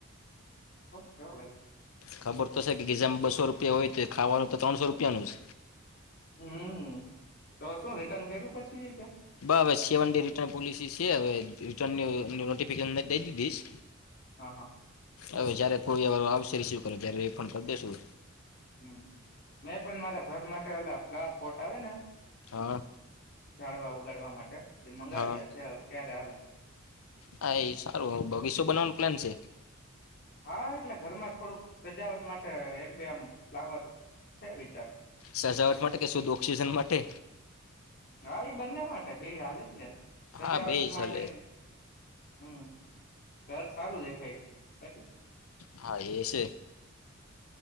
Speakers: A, on the left (about 50°); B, on the left (about 85°).
A: કેવ ભાઈ
B: ખબર તો છે કે ગીઝામાં બસો રૂપિયા હોય તો ખાવાનું તો ત્રણસો રૂપિયાનું જ.
A: હમ્મ તો શું રિટર્ન કર્યું પછી ત્યા?
B: બ હવે સેવન ડે રિટર્ન પોલિસી છે હવે રિટર્ન ફિકનને દ દીધશ
A: હા હા
B: હવે જયારે કોઈ વાર આવશે રિસીવ કરે ત્યારે રિફડ કરી દેસું.
A: હમ્મ મેં પણ મારા ઘર માટે ઓલા ફ્લાવર ફર્ટ આવે ને
B: હા
A: જાડવા ઉગાડવા માટે એ મંગાવ્યા
B: હા
A: છે હવે ક્યારે આવે્યા
B: હા એ સારું બગીચું બનવાનું પ્લાન છે.
A: હા એટલે ઘરમાં થોડુંક સજાવટ માટે એક બે આમ ફ્લાવર છે વિચાર.
B: સજાવટ માટે કે શુદ્ધ ઓક્સિજન માટે.
A: હા એ બંને માટે બે હલે જ ને.
B: હા
A: સજાવટ
B: બે
A: માટે
B: ચાલે
A: હમ ઘર સારું દેખાય એટલે
B: હા એ છે.